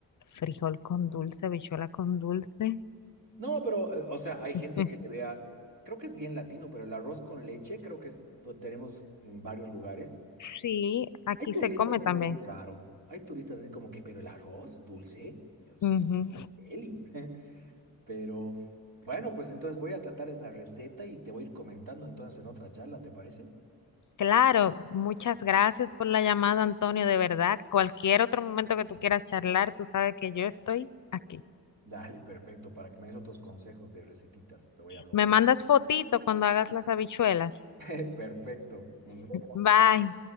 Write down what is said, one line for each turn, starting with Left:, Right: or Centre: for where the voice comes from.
Left: frijol con dulce, habichuela con dulce.
Right: No, pero, eh, o sea, hay gente
Left: <laughs>
Right: que le vea, creo que es bien latino, pero el arroz con leche creo que es- lo tenemos en varios lugares.
Left: Sí, aquí
Right: Hay turistas
Left: se come también.
Right: que lo ven raro. Hay turistas así como que, pero el arroz dulce, yo sé,
Left: Ujú.
Right: deli. <laughs> Pero bueno, pues entonces voy a tratar esa receta y te voy a ir comentando entonces en otra charla, ¿te parece?
Left: Claro, muchas gracias por la llamada, Antonio. De verdad, cualquier otro momento que tú quieras charlar, tú sabes que yo estoy aquí.
Right: Dale, perfecto, para que me des otros consejos de recetitas, te voy a hablar.
Left: Me mandas fotito cuando hagas las habichuelas.
Right: <laughs> Perfecto, nos vemos.
Left: Bye.